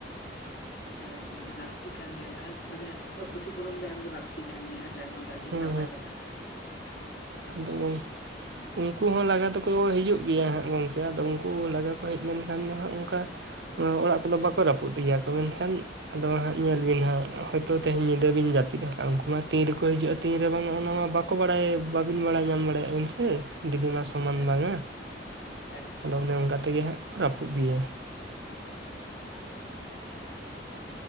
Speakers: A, on the left; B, on the right.
A: ᱪᱪᱷᱟᱭᱮᱠ ᱮᱠᱫᱚᱢ ᱚᱱᱟ ᱞᱟᱹᱠᱛᱤ ᱠᱟᱱ ᱜᱮᱭᱟ ᱥᱟᱦᱟᱡᱡᱚ ᱢᱟᱱᱮ ᱠᱷᱚᱛᱤ ᱯᱩᱨᱚᱱ ᱫᱚ ᱮᱢ ᱫᱚ ᱞᱟᱠ ᱞᱟᱠᱛᱤ ᱠᱟᱱ ᱜᱮᱭᱟ ᱦᱮᱸᱥᱮ ᱱᱚᱣᱟ ᱫᱚ ᱟᱹᱰᱤ
B: ᱦᱮᱸ
A: ᱱᱟᱯᱟᱭ ᱠᱟᱛᱷᱟ
B: ᱮᱞᱳᱢ ᱩᱱᱠᱩ ᱦᱚᱸ ᱞᱟᱜᱟ ᱫᱚᱠᱚ ᱦᱤᱡᱩᱜ ᱜᱮᱭᱟ ᱦᱟᱸᱜ ᱜᱚᱝᱠᱮ ᱟᱫᱚ ᱩᱱᱠᱩ ᱞᱟᱜᱟ ᱠᱚ ᱦᱮᱡ ᱞᱮᱱᱠᱷᱟᱱ ᱫᱚ ᱦᱟᱸᱜ ᱚᱱᱠᱟ ᱚ ᱚᱲᱟᱜ ᱠᱚᱫᱚ ᱵᱟᱠᱚ ᱨᱟᱹᱯᱩᱫ ᱤᱫᱤᱭᱟᱠᱚ ᱢᱮᱱᱠᱷᱟᱱ ᱟᱫᱚ ᱦᱟᱸᱜ ᱧᱮᱞ ᱵᱤᱱ ᱦᱟᱸᱜ ᱦᱚᱭ ᱛᱚ ᱛᱮᱦᱚᱸ ᱧᱤᱫᱟᱹ ᱵᱤᱱ ᱡᱟᱹᱯᱤᱫᱚᱜ ᱩᱱᱠᱩ ᱢᱟ ᱛᱤᱱ ᱨᱮᱠᱚ ᱦᱤᱡᱩᱜᱼᱟ ᱛᱤᱱ ᱨᱮ ᱵᱟᱝᱼᱟ ᱚᱱᱟ ᱢᱟ ᱵᱟᱠᱚ ᱵᱟᱲᱟᱭ ᱵᱟᱵᱤᱱ ᱵᱟᱲᱟᱭ ᱧᱟᱢ ᱫᱟᱲᱮᱭᱟᱜᱼᱟ ᱵᱤᱱ ᱥᱮ ᱡᱩᱫᱤ
A: ᱦᱮᱸ
B: ᱢᱟ ᱥᱚᱢᱟᱱ
A: ᱦᱮᱸ
B: ᱵᱟᱝᱟ
A: ᱮᱠᱫᱚᱢ
B: ᱟᱫᱚ ᱚᱱᱮ ᱚᱱᱠᱟ ᱛᱮᱜᱮ ᱦᱟᱸᱜ ᱠᱚ ᱨᱟᱹᱯᱩᱫ ᱤᱫᱤᱭᱟ
A: ᱦᱮᱸ